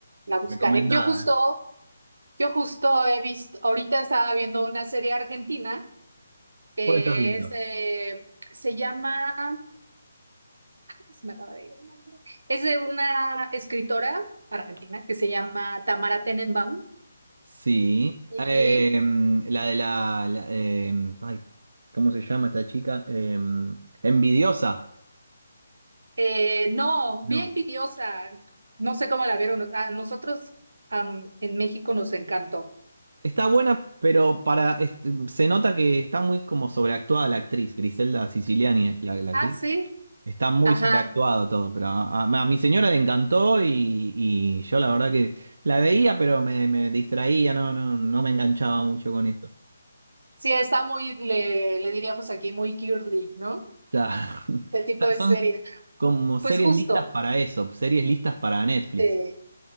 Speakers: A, on the right; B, on the right.
A: La buscaré.
B: Recomendada,
A: Yo justo,
B: ¿eh?
A: yo justo he visto, ahorita estaba viendo una serie argentina que
B: ¿Cuál estás viendo?
A: es, eh, se llama se me acaba de ir el nombre. Es de una escritora argentina que se llama Tamara Tenenbaum.
B: Sí.
A: Y
B: em, la de la. la, em, ay, ¿cómo se llama esta chica? Em, envidiosa.
A: eh, no,
B: No,
A: bien envidiosa. No sé cómo la vieron. A nosotros am, en México nos encantó.
B: Está buena, pero para este, se nota que está muy como sobreactuada la actriz. Griselda Siciliani es la, la actriz.
A: Ah, sí.
B: Está muy
A: Ajá.
B: sobreactuado todo, pero a, a- a mi señora le encantó y, y yo la verdad que la veía, pero me, me distraía, no, no, no me enganchaba mucho con eso.
A: Sí, está muy, le, le diríamos aquí, muy girly, ¿no?
B: Claro. <laughs>
A: De tipo
B: Está-
A: de
B: Son
A: series.
B: como series
A: Pues justo.
B: listas para eso, series listas para Netflix.
A: eh,